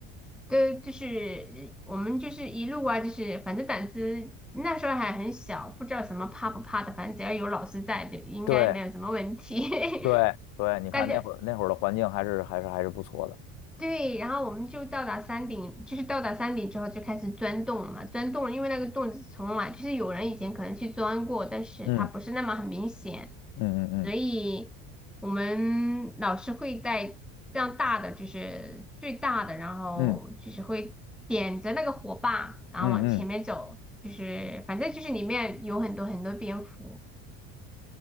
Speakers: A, in the centre; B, on the left (about 70°).
A: 都就是我们就是一路啊，就是反正胆子那时候还很小，不知道什么怕不怕的，反正只要有老师在，就应该没有什么问题。
B: 对对对，
A: <laughs>
B: 你看那会儿那会儿的环境还是还是还是不错的。
A: 大家对，然后我们就到达山顶，就是到达山顶之后就开始钻洞了嘛，钻洞了，因为那个洞从来就是有人以前可能去钻过，但是它不是那么很明显，
B: 嗯。嗯嗯
A: 所以我们老师会带这样大的，就是最大的，然后就是会点着那个火把，
B: 嗯嗯
A: 然后往前面走，
B: 嗯嗯，
A: 就是反正就是里面有很多很多蝙蝠，